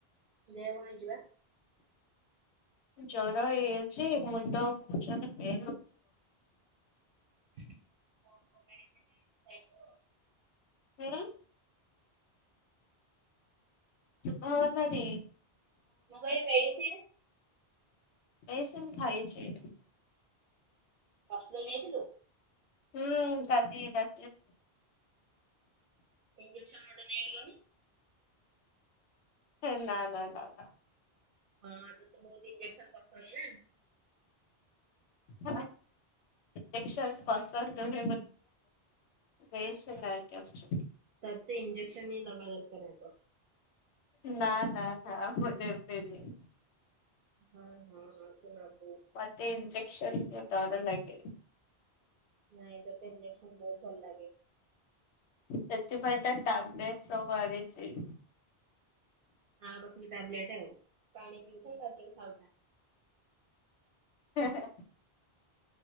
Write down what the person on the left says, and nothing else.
ଜରା ହେେ ମୁ ଟଷ ଫେ
ହଁ ହ ନାନେ
ବସନ ଖାଇଛି
ହୁଁ ଗାଲି ରା
ହେ ନା ନା ନା ନା
ହଁ େନ୍ ବସନ୍ଦୁ ବସ ଆକ ଅୁ
ନା ନା ମୁ ଦେେବେିଲ
ମତେ ଞଜେସନ୍ ତାାର ଲାଗ
ସେଥି ପାଇଁାଇ ତା ଟ୍ୟାବଲେଟ ସ ବଛି
ହଁ ହଁ